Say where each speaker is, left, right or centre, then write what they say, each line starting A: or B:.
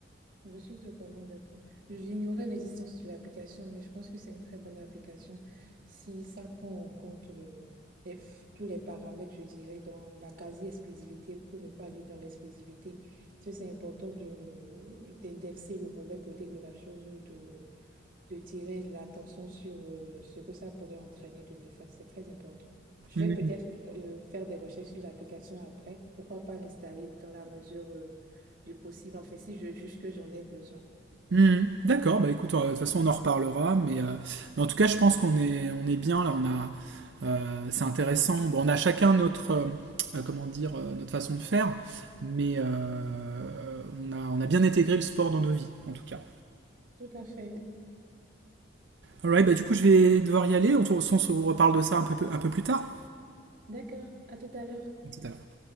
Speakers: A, on the right; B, on the right.
A: Je suis totalement d'accord. J'ignorais l'existence de l'application, mais je pense que c'est une très bonne application si ça prend en compte euh, les f- tous les paramètres, je dirais, dans la quasi-exclusivité, pour ne pas dire dans l'exclusivité. Parce que c'est important de d'indexer le mauvais côté de la chose ou de de tirer l'attention sur euh, ce que ça pourrait entraîner de néfaste. C'est très important. Je
B: Mm.
A: vais peut-être euh, faire des recherches sur l'application après. Pourquoi pas l'installer dans la mesure euh, du possible, en fait, si je juge que j'en ai besoin.
B: Hmm, d'accord, bah écoute, euh, de toute façon on en reparlera, mais, euh, mais en tout cas je pense qu'on est, on est bien là, on a, euh, c'est intéressant. Bon, on a chacun notre, euh, euh, comment dire, euh, notre façon de faire, mais euh, on a, on a bien intégré le sport dans nos vies, en tout cas.
A: Tout à fait.
B: Alright, bah du coup je vais devoir y aller, on, se on se reparle de ça un peu, un peu plus tard.
A: D'accord. À tout à l'heure.
B: À tout à l'heure.